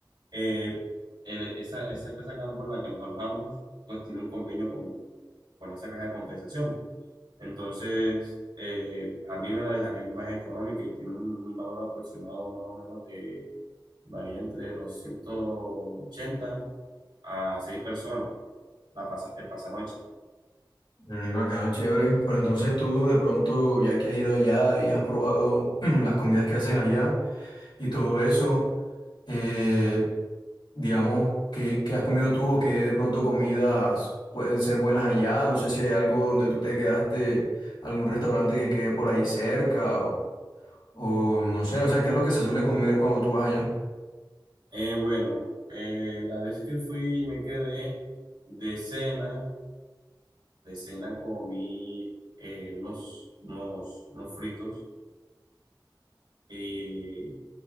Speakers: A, on the right; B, on the left.
A: eh, en esa, esa casa campo en la que nos alojamos, pues tiene un convenio con, con esa caja de compensación. Entonces, eh, a mí me la dejarían más económica y tiene un, un valor aproximado más o menos de, varía entre los ciento ochenta a 6 personas. la pasa, el pasanoche.
B: Mm, acá chévere. Pero entonces tú de pronto, ya que has ido allá y has probado <clears throat> las comidas que hacen allá y todo eso, eh, digamos, ¿qué, qué has comido tú o qué de pronto comidas pueden ser buenas allá? No sé si hay algo donde tú te quedaste, algún restaurante que quede por ahí cerca o, o no sé, o sea, ¿qué es lo que se suele comer cuando tú vas allá?
A: Eh, bueno, eh, la vez que fui y me quedé de cena, de cena comí eh, unos, unos, unos fritos eh,